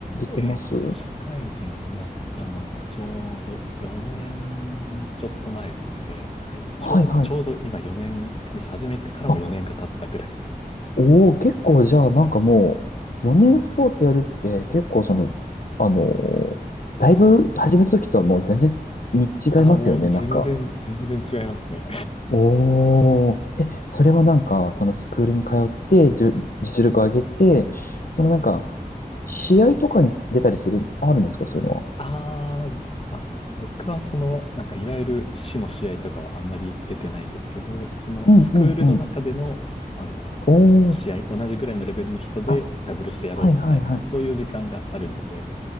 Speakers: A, on the left; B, on the left.
A: えっと、
B: てます
A: 社会人になったのがちょうど4年ちょっと前なので、はい、ちょう、
B: はいはい。
A: ちょうど今4年、テニス始めてからも4年が経ったぐらいの
B: あ、おお、結構じゃあなんかもう4年スポーツやるって結構その、
A: 感じ。
B: あのーだいぶ始めた時とはもう全然見違いますよね。
A: ああ、もう全然、
B: なんか。
A: 全然違いますね。
B: おお、え、それはなんかそのスクールに通ってじゅ実力を上げて、そのなんか試合とかに出たりする、あるんですかそういうのは。
A: <laughs> あーま僕はその、なんかいわゆる市の試合とかはあんまり出てないんですけど、そのスクールの中での、
B: うんうんうん。
A: なんだろうな、
B: おお。
A: あの試合、同じぐらいのレベルの人でダブルスやろうみたいな、
B: あ、はいはいはい。
A: そういう時間があるので、